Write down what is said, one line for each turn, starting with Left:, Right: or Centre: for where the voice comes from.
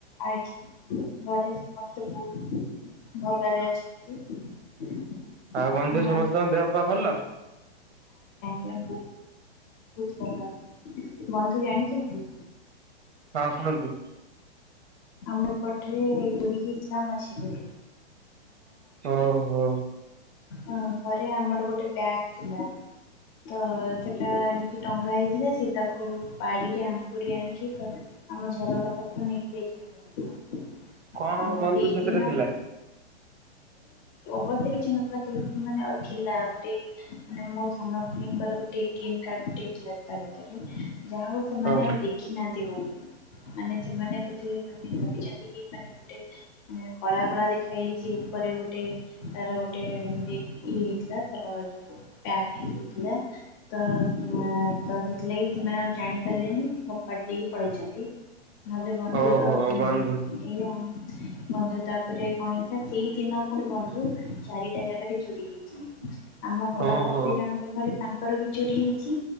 Left: ଆଜ୍ଞା ଘରେ ସମସ୍ତେ ବୋହୁତ ଭଲରେ ଅଛନ୍ତି।
Right: ଆଉ ବନ୍ଧୁ
Left: ହଁ
Right: ସମସ୍ତଙ୍କ ଦେହ ପା ଭଲ।
Left: ଏମ୍ବୁ <unintelligible> ବନ୍ଧୁ ଜାଣିଚନ୍ତି।
Right: ହଁ କୁହନ୍ତୁ।
Left: ମୋ ପଠିରେ ପୁରିକି ଥିଲା ମଝିରେ
Right: ହୋ ହୋ।
Left: ହ ଘରେ ଆମର ଗୋଟେ ବ୍ୟାଗ ଥିଲା, ତ ସେଟା ଏମିତି ଟଙ୍ଗା ହେଇଥିଲା, ସେ ତାକୁ ବାଡିରେ ଆଙ୍କୁରି ଆଣିକି ତ ଆମ ଝରକା ପାଖରୁ ନେଇକି <unintelligible>
Right: କଣ
Left: ଆମ
Right: ବନ୍ଧୁ
Left: ସେଇଦିନ
Right: ସେଥିରେ ଥିଲା।
Left: ବ ସେ କିଛି ନଥିଲା ତ ମାନେ ଥିଲା ଗୋଟେ ମାନେ ମୋ ସାନ ଖୁଡୀ ଙ୍କର ଗୋଟେ ଗୀନ କାର୍ଡ ଟେ ଥିଲା ତା ଭିତରେ। ଯାହା ହୋଉ ସେମାନେ
Right: ଓହୋ
Left: ଆଉ ଦେଖି ନାହାନ୍ତି ବ ମାନେ ସେମାନେ ଥି ମାନେ ଭାବିଚନ୍ତି କି ମାନେ ଗୋଟେ କଳା କଳା ଦେଖା ହୋଇଚି ଉପରେ ଗୋଟେ ତାର ଗୋଟେ ଇ ହେଇଥିଲା ତାର ଯୋଉ ପ୍ୟାକ ହେଇଥିଲା ତ ତ ସେଥିଲାଗି ସେମାନେ ଆଉ ଜାଣିପାରିଲେନି ଫୋପାଡ଼ି ଦେଇକି ପଳେଇଚନ୍ତି। ନହେଲେ ବନ୍ଧୁ
Right: ଓହୋ
Left: ତ
Right: ବନ୍ଧୁ
Left: ଏଇଆ। ବନ୍ଧୁ ତାପରେ କଣ ହେଇଥିଲା ସେଇ ଦିନ ପୁଣି ବନ୍ଧୁ ଚାରିଟା ଜାଗାରେ ଚୋରି ହେଇଚି। ଆମ ଘର
Right: ଓହୋ।
Left: ପାଖରେ ଜାଣଙ୍କ ଘରେ ତା ତାଙ୍କର ବି ଚୋରି ହେଇଚି